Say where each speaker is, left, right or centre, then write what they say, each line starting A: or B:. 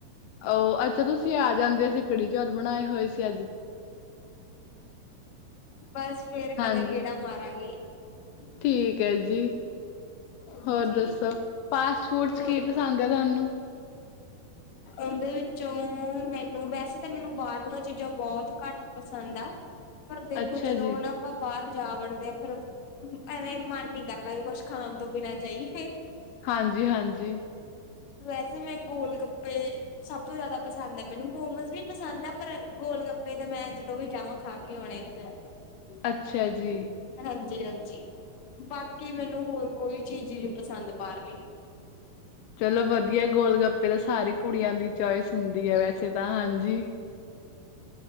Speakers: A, on the left (about 80°); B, on the left (about 60°).
A: ਆਹ ਅੱਛਾ ਤੁਸੀਂ ਆ ਜਾਂਦੇ ਸੀ ਕੜੀ ਚੌਲ ਬਣਾਏ ਹੋਏ ਸੀ ਅੱ
B: ਬਸ ਫੇਰ
A: ਹਾਂਜੀ
B: ਕਦੇ ਗੇੜਾ ਮਾਰਾਂਗੇ।
A: ਠੀਕ ਹੈ ਜੀ,
B: ਹਾਂਜੀ
A: ਹੋਰ ਦੱਸੋ ਫਾਸਟ ਫੂਡਸ
B: ਹੋਰ
A: ਕੀ ਪਸੰਦ ਹੈ ਤੁਹਾਨੂੰ
B: ਉਹਦੇ ਵਿੱਚੋਂ ਮੈਨੂੰ ਵੈਸੇ ਤਾਂ ਮੈਨੂੰ ਬਾਹਰ ਚੀਜ਼ਾਂ ਬਹੁਤ ਘੱਟ ਪਸੰਦ ਆ। ਪਰ ਦੇਖੋ
A: ਅੱਛਾ
B: ਜਦੋਂ
A: ਜੀ,
B: ਨਾ ਆਪਾਂ ਬਾਹਰ ਜਾ ਵੜਦੇ ਆ ਫੇਰ ਐਵੇਂ ਮਨ ਨੀ ਕਰਦਾ ਵੀ ਕੁਛ ਖਾਣ ਤੋਂ ਬਿਨਾਂ ਚਈਏ।
A: ਹਾਂਜੀ-ਹਾਂਜੀ,
B: ਵੈਸੇ ਮੈਂ ਗੋਲ ਗਪੇ ਪੇ ਸਭ ਤੋਂ ਜਿਆਦਾ ਪਸੰਦ ਹੈ ਮੈਨੂੰ ਮੋਮੋਸ ਵੀ ਪਸੰਦ ਆ ਪਰ ਗੋਲ ਗੱਪੇ ਤੇ ਮੈਂ ਜਦੋਂ ਵੀ ਜਾਵਾਂ ਖਾ ਕੇ ਆਣੇ ਹੁੰਦੇ ਆ।
A: ਅੱਛਾ ਜੀ।
B: ਹਾਂਜੀ ਹਾਂਜੀ ਬਾਕੀ ਮੈਨੂੰ ਹੋਰ ਕੋਈ ਚੀਜ਼ ਹੀ ਨਹੀਂ ਪਸੰਦ ਬਾਹਹੀ
A: ਚਲੋ ਵਧੀਆ ਗੋਲ ਗੱਪਾ ਸਾਰਿਆ ਕੁੜੀਆਂ ਦੀ ਚੋਇਸ ਹੁੰਦੀ ਹੈ ਵੈਸੇ ਤਾਂ ਹਾਂਜੀ